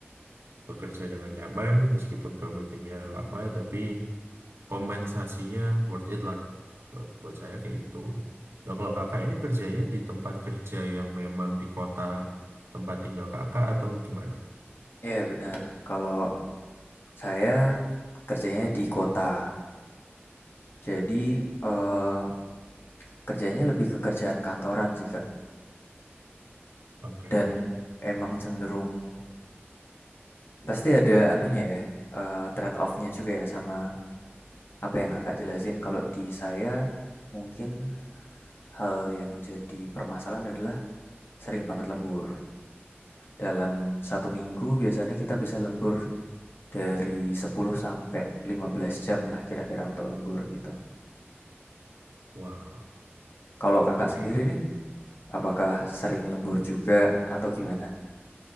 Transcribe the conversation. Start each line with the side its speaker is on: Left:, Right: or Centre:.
Right: bekerja dengan nyaman meskipun commutingnya lama tapi kompensasinya worth it lah kalau buat saya kayak gitu nah kalau kakak ini kerjanya di tempat kerja yang memang di kota tempat tinggal kakak atau gimana?
Left: iya benar. Kalau saya kerjanya di kota, jadi, eee, kerjanya lebih ke kerjaan kantoran sih, Kak,
Right: Oke,
Left: dan emang cenderung pasti ada anunya ya, eee, trade off-nya juga ya sama apa yang Kakak jelasin. Kalau di saya mungkin hal yang jadi permasalahan adalah sering banget lembur. Dalam satu minggu biasanya kita bisa lembur dari 10 sampai 15 jam lah kira-kira untuk lembur gitu.
Right: Wow,
Left: Kalau kakak
Right: oke.
Left: sendiri nih, apakah sering lembur juga atau gimana?